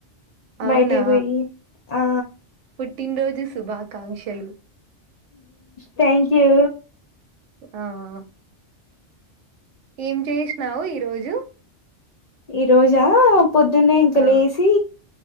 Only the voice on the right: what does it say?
అవునా
పుట్టినరోజు శుభాకాంక్షలు
ఆ ఏం చేసినావు ఈ రోజు
ఆ